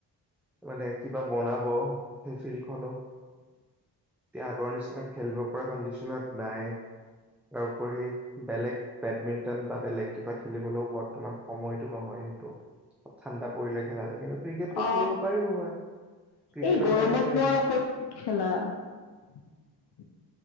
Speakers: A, in the centre; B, on the left.
A: মানে কিবা বনাব, সেই ফিল্ডখনো। তিয়া আগৰ নিচিনা খেলিব পৰা কণ্ডিচনত নাই। তাৰপৰি বেলেগ বেডমিন্টন বা বেলেগ। কিবা খেলিবলৈও বৰ্তমান সময়টো নহয়, সেইটো ঠাণ্ডা পৰিলে খেলা যায় কিন্তু ক্ৰিকেটটো
B: অ
A: খেলিব পাৰিলো হয় ক্ৰিকেটৰ
B: এই গৰমতনো
A: কাৰণে এতিয়া
B: আৰু ক'ত খেলা? <inaudible>